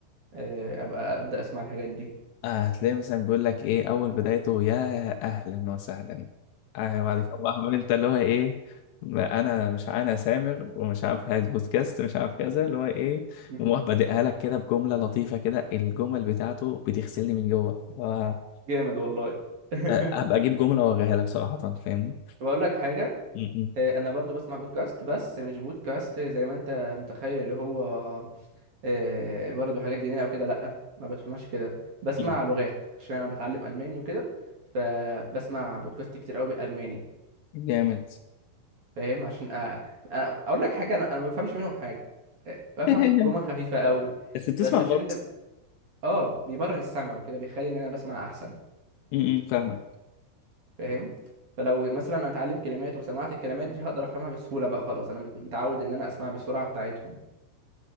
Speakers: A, on the right; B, on the left.
A: آه، ابقى ابدا اسمع الحاجات دي
B: آه هتلاقي مثلا بيقول لك ايه اول بدايته يا اهلا وسهلا آه بعد كده بقى عمال انت اللي هو ايه ما انا مش انا سامر ومش عارف عايز بودكاست مش عارف كذا اللي هو ايه
A: <laughs>
B: ومروح بادئها لك كده بجمله لطيفه كده الجمل بتاعته بتغسلني من جوه اللي هو
A: جامد والله <laughs>
B: آه، هبقى اجيب جمله واوريها لك صراحه فاهمني
A: بقول لك حاجة
B: م- م-
A: آه، أنا برضو بسمع بودكاست بس مش بودكاست زي ما أنت متخيل اللي هو آه، برضو حاجات دينية أو كده لأ ما بسمعش كده بسمع
B: م.
A: لغات عشان أنا بتعلم ألماني وكده فبسمع بودكاست كتير أوي بالألماني
B: جامد
A: فاهم عشان أ... أ- أقول لك حاجة أنا أنا ما بفهمش منهم حاجة آه، بفهم
B: <laughs>
A: جمل خفيفة أوي
B: بس بتسمع
A: بس عشان
B: غلط
A: ده آه بيمرن السمع وكده بيخلي إن أنا بسمع أحسن
B: م- م، فاهمك
A: فاهم فلو مثلا انا اتعلم كلمات وسمعت الكلمات دي هقدر افهمها بسهوله بقى خلاص انا مت- متعود ان انا اسمع بالسرعه بتاعتهم